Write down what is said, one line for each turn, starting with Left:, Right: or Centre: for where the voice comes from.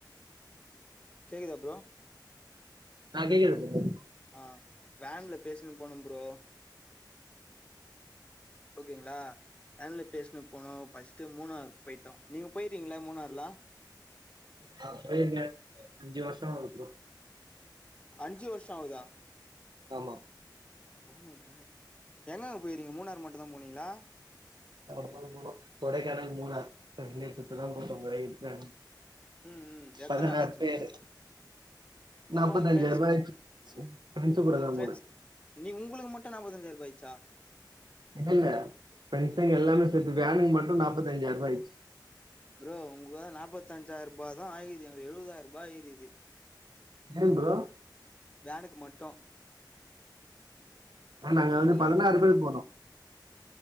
Left: கேக்குதா ப்ரோ
Right: ஆ கேக்குது ப்ரோ
Left: ஆ வேன்ல பேசின்னு போனோ ஃப்ரோ ஓகேங்களா வேன்ல பேசினு போனோ பஸ்ட்டு மூணார் போயிட்டோ நீங்க போயிறிக்கீங்ளா மூணார்லா
Right: நா பேயிருக்கே அஞ்சு வர்ஷோ ஆவுது ப்ரோ
Left: அஞ்சு வருஷோ ஆவுதா
Right: ஆமா
Left: ஓ மை காட் எங்கங்க போயிறீங்க மூணாறு மட்டு தா போனீங்ளா
Right: <inaudible> கொடைக்கானல் மூணார் <unintelligible>
Left: ம் ம் எத்தன
Right: பதனாறு
Left: நாள் ஆச்சு
Right: பேரு
Left: உங்களுக்கு
Right: நாப்பத்தஞ்சாயி
Left: எப்போ உங்க ஃப்ரெண்ட்ஸ்
Right: ரூபா ஆயிச்சி ஃப்ரெண்ஸு
Left: உங்க
Right: கூட
Left: உங்க
Right: தா
Left: ஃப்ரெண்ட்ஸ்
Right: போனே
Left: நீ உங்குளுக்கு மட்டு நாப்பதஞ்சாயிருபா ஆய்ச்சா
Right: இல்ல இல்ல ஃப்ரெண்ட்ஸ்ங்க எல்லாமே சேத்து வேனுக்கு மட்டு நாப்பத்தஞ்சாயிரூபா ஆய்ச்சி
Left: ஃப்ரோ உங்களுக்கு தா நாப்பத்தஞ்சாயி ரூபா தா ஆயிக்குது எங்களுக்கு எழுபதாய ரூபா ஆயிக்குது
Right: ஏ ஃப்ரோ
Left: வேனுக்கு மட்டு
Right: ஆ நாங்க வந்து
Left: உன்னி
Right: பதினாறு பேரு போனோ